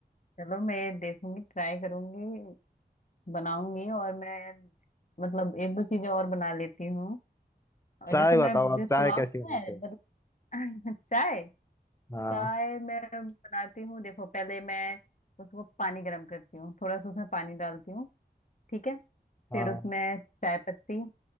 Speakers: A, on the left; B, on the left.
A: चलो मैं ये देखूंगी ट्राई करूंगी बनाऊंगी और मैं मतलब एक दो चीजें और बना लेती हूँ और
B: चाय
A: जैसे मैं
B: बताओ आप
A: जैसे
B: चाय
A: पुलाव
B: कैसी बनाते
A: है
B: हो
A: मतलब <laughs> चाय
B: हाँ
A: चाय मैं बनाती हूँ देखो पहले मैं उसको पानी गर्म करती हूँ थोड़ा सा उसमें पानी डालती हूँ ठीक है
B: हाँ
A: फिर उसमें चाय पत्ती